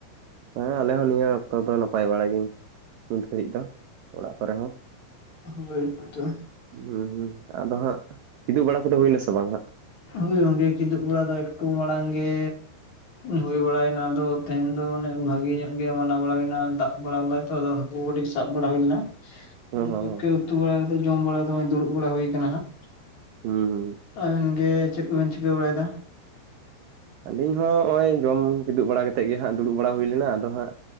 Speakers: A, on the right; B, on the left.
A: ᱦᱮᱸ ᱟᱞᱮ ᱦᱚᱸ ᱱᱤᱭᱟᱹ ᱚᱠᱛᱚ ᱫᱚ ᱱᱟᱯᱟᱭ ᱵᱟᱲᱟ ᱜᱮ ᱱᱤᱛ ᱜᱷᱟᱹᱲᱤᱡ ᱫᱚ ᱚᱲᱟᱜ ᱠᱚᱨᱮ ᱦᱚᱸ
B: ᱦᱳᱭ ᱛᱚ
A: ᱦᱩᱸ ᱦᱩ ᱟᱫᱚ ᱦᱟᱸᱜ ᱠᱤᱫᱩᱜ ᱵᱟᱲᱟ ᱠᱚᱫᱚ ᱦᱩᱭᱱᱟᱥᱮ ᱵᱟᱝ ᱦᱟᱸᱜ
B: ᱦᱳᱭ ᱜᱚᱝᱠᱮ ᱠᱤᱫᱩ ᱵᱚᱲᱟ ᱫᱚ ᱮᱠᱴᱩ ᱢᱟᱲᱟᱝ ᱜᱮ ᱦᱩᱭ ᱵᱟᱲᱟᱭᱮᱱᱟ ᱟᱫᱚ ᱛᱮᱦᱮᱧ ᱫᱚ ᱢᱟᱱᱮ ᱵᱷᱟᱜᱤ ᱧᱚᱜ ᱜᱮ ᱢᱟᱱᱟᱣ ᱵᱟᱲᱟᱭᱮᱱᱟ ᱫᱟᱜ ᱵᱟᱲᱟ ᱞᱮᱫᱟᱭ ᱛᱚ ᱟᱫᱚ ᱠᱩ ᱠᱟᱹᱴᱤᱡ ᱥᱟᱵ ᱵᱟᱲᱟ ᱦᱩᱭ ᱞᱮᱱᱟ
A: ᱦᱚᱸ
B: ᱩᱱᱠᱩᱜᱮ
A: ᱦᱚᱸ
B: ᱩᱛᱩ ᱵᱟᱲᱟ ᱠᱟᱛᱮᱜ ᱡᱚᱢ ᱵᱟᱲᱟ ᱦᱚᱜ ᱫᱩᱲᱩᱵ ᱵᱟᱲᱟ ᱦᱩᱭ ᱠᱟᱱᱟ ᱦᱟᱸᱜ᱾
A: ᱦᱩᱸ ᱦᱩᱸ
B: ᱟᱵᱤᱱᱜᱮ ᱪᱮᱫ ᱠᱚᱵᱮᱱ ᱪᱤᱠᱟᱹ ᱵᱟᱲᱟᱭᱫᱟ
A: ᱟᱞᱤᱧ ᱦᱚᱸ ᱱᱚᱜ ᱚᱭ ᱡᱚᱢ ᱠᱤᱫᱩᱵ ᱵᱟᱲᱟ ᱠᱟᱛᱮᱫᱜᱮ ᱦᱟᱸᱜ ᱫᱩᱲᱩᱵ ᱵᱟᱲᱟ ᱦᱩᱭ ᱞᱮᱱᱟ᱾ ᱟᱫᱚ ᱦᱟᱸᱜ